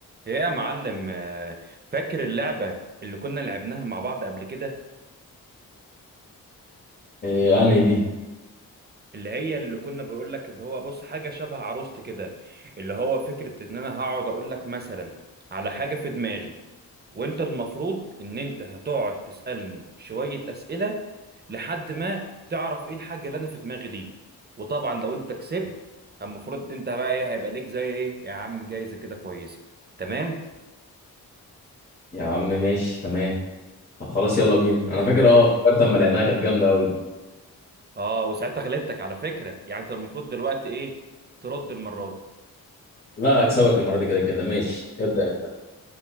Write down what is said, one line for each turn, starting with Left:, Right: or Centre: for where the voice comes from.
Right: يا معلم آه، فاكر اللعبة اللي كنا لعبناها مع بعض قبل كده
Left: إيه انهي دي
Right: اللي هي اللي كنا بقول لك اللي هو بص حاجة شبه عروست كده اللي هو فكرة ان انا هقعد اقول لك مثلا على حاجة في دماغي وانت المفروض ان انت هتقعد تسألني شوية أسئلة لحد ما تعرف ايه الحاجة اللي انا في دماغي دي وطبعا لو انت كسبت المفروض انت بقى ايه هيبقى ليك زي ايه يا عم جايزة كده كويسة تمام
Left: يا عم ماشي تمام طب خلاص يلا بينا انا فاكر اه فكرت اما لعبناها كانت جامده قوي
Right: اه وساعتها غلطتك على فكرة يعني انت المفروض دلوقتي ايه ترد المرة دي
Left: لا اكسبك المره دي كده كده
Right: <clears throat>
Left: ماشي ابدا انت